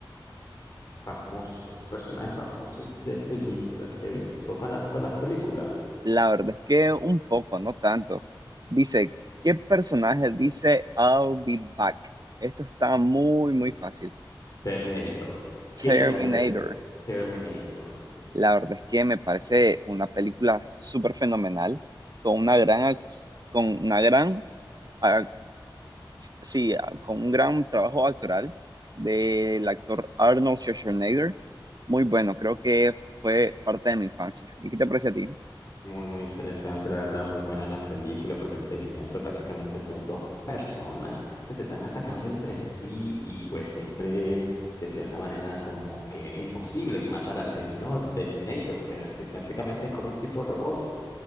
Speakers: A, on the left; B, on the right.
A: Famosos, personajes famosos de películas, Kevin. ¿Soy fanático de las películas?
B: La verdad es que un poco, no tanto. Dice, ¿qué personaje dice I'll be back? Esto está muy, muy fácil.
A: Terminator.
B: Terminator.
A: ¿Qué te parece Terminator?
B: La verdad es que me parece una película súper fenomenal, con una gran, ac- con una gran, ah, sí, ah, con un gran trabajo actoral del actor Arnold Schwarzenegger. Muy bueno, creo que fue parte de mi infancia. ¿Y qué te parece a ti?
A: Muy, muy interesante, la verdad, muy buenas las películas, porque el Terminator prácticamente son dos personas que se están atacando entre sí y pues siempre, de cierta manera, como que es imposible matar al Terminor- Terminator, porque prácti- prácticamente es como un tipo de robot.